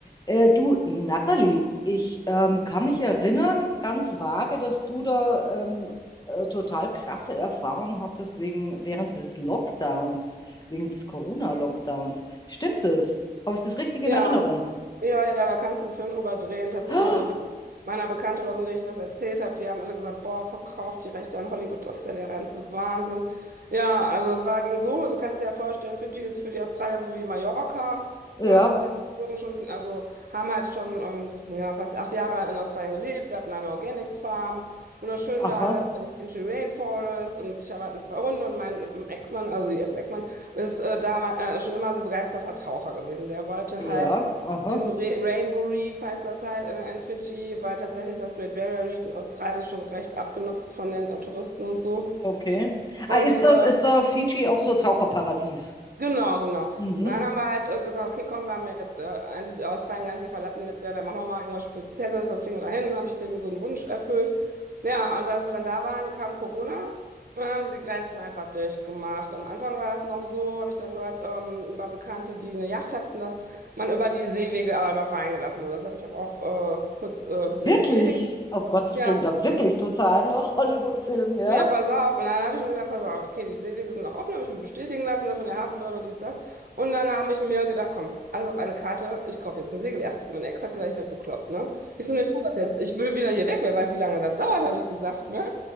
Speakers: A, on the left; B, on the right.
A: Äh, du, Natalie, ich ähm, kann mich erinnern, ganz vage, dass du da ähm, äh, total krasse Erfahrungen hattest wegen, während des Lockdowns, wegen des Corona-Lockdowns. Stimmt das? Habe ich das richtig in
B: Ja,
A: Erinnerung?
B: Ja, ja, da kannst du einen Film drüber drehen, tatsächlich.
A: <gasps> Ah,
B: Also viele meiner Bekannte oder so, denen ich das erzählt habe, die haben alle gesagt, boah, verkauft die Rechte an Hollywood, das ist ja der reinste Wahnsinn. Ja, also es war, ging so, du kannst dir ja vorstellen, Fidschi ist für die Australier so wie Mallorca,
A: Ja,
B: ne, wir sind ja geflogen schon, also haben halt schon ähm, ja, fast acht Jahre in Australien gelebt, wir hatten eine Organic Farm, wunderschön
A: aha,
B: da alles im Country Rainforest und ich hatte zwei Hunde und mein ähm, Ex-Mann, also jetzt Ex-Mann, ist äh, damals äh, schon immer so begeisterter Taucher gewesen, der wollte
A: ja,
B: halt
A: aha,
B: diesem Re Rainbow Reef heißt das halt in, in Fidschi, war tatsächlich das Great Barrier Reef in Australien schon recht abgenutzt von den äh, Touristen und so.
A: okay.
B: Und
A: Ah, ist da,
B: äh,
A: ist da Fidschi auch so ein Taucherparadies?
B: Genau, genau. Und
A: Mhm.
B: dann haben wir halt äh, gesagt, okay, komm, wir haben ja jetzt äh, eigentlich Australien gar nicht mehr verlassen die letzte Jahr, dann machen wir mal irgendwas Spezielles, dann fliegen wir dahin, dann habe ich dem so einen Wunsch erfüllt. Ja, und als wir dann da waren, kam Corona und dann haben sie die Grenzen einfach dicht gemacht. Am Anfang war das noch so, habe ich dann gehört, ähm, über Bekannte, die eine Yacht hatten, dass man über die Seewege aber noch reingelassen wurde. Das habe ich dann auch äh, kurz äh,
A: Wirklich?
B: mir bestätigen. lassen.
A: Oh Gott, das
B: Ja,
A: klingt da wirklich total nach Hollywood-Film, ja?
B: wieder, pass auf. Und dann habe ich mir gedacht, pass auf, okay, die Seewege sind noch offen, habe ich mir bestätigen lassen, ne, von der Hafenbehörde und dies, das. Und dann habe ich mir gedacht, komm, alles auf eine Karte, ich kaufe jetzt eine Segeljagd. Mein Ex hat gedacht, ich werde bekloppt, ne? Ich so, ne, ich mach das jetzt. Ich will wieder hier weg, wer weiß, wie lange das dauert, habe ich gesagt, ne?